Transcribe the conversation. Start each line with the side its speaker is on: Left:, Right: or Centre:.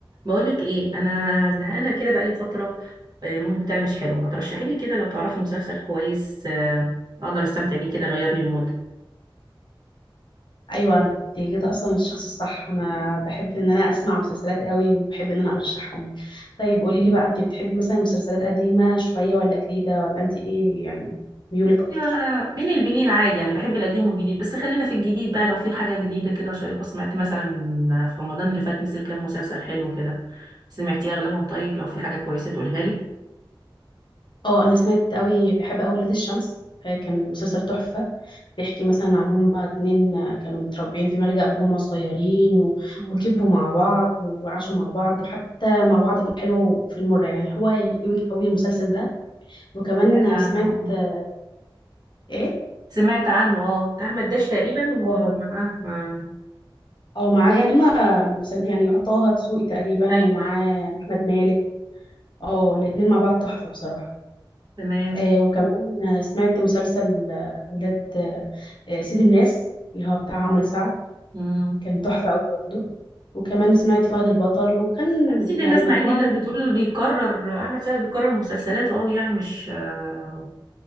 Right: بقولك ايه انا زهقانه كده بقالي فتره آه، المود بتاعي مش حلو ما ترشحي لي كده لو تعرفي مسلسل كويس آه، اقدر استمتع بيه كده غير لي المود
Left: ايوه انت جيت اصلا الشخص الصح انا بحب ان انا اسمع مسلسلات قوي وبحب ان انا ارشحهم لك طيب قولي لي بقى انت بتحبي مثلا مسلسلات قديمه شويه ولا جديده ولا انت ايه يعني ميولك اكتر
Right: أيوة، بين البنين عادي يعني بحب القديم والجديد بس خلينا في الجديد بقى لو في حاجه جديده كده شيقه سمعت مثلا في رمضان اللي فات نزل كام مسلسل حلو كده سمعتي اغلبهم طيب لو في حاجه كويسه تقولها لي
Left: اه انا سمعت قوي بحب قوي ولاد الشمس آه، كان مسلسل تحفه بيحكي مثلا عن هما اتنين آه، كانوا متربيين في ملجأ من هما صغيرين و...
Right: مم.
Left: وكبروا مع بعض وعاشوا مع بعض وحتى مع بعض في الحلوه وفي المره يعني هو يعجبك قوي المسلسل ده وكمان
Right: سمعت
Left: آه،
Right: عنه
Left: سمعت
Right: اه
Left: آه، ايه
Right: سمعت عنه اه بتاع احمد داش تقريبا ومعاه
Left: اه
Right: آه،
Left: اه معاه يعني ما مسل- يعني طه دسوقي تقريبا
Right: ايوه
Left: ومعاه
Right: ايوه تمام
Left: احمد مالك اه الاتنين مع بعض تحفة بصراحة
Right: تمام.
Left: آه وكمان آه، سمعت مسلسل آه، ولاد آه آه، سيد الناس اللي هو بتاع عمرو سعد
Right: مم.
Left: كان تحفة قوي برضه وكمان سمعت فهد البطل وكان
Right: تمثيل
Left: يعني
Right: الناس
Left: مجموعة
Right: مع ان الناس
Left: من
Right: بتقول بيكرر احمد سعد بيكرر مسلسلاته قوي يعني مش آه،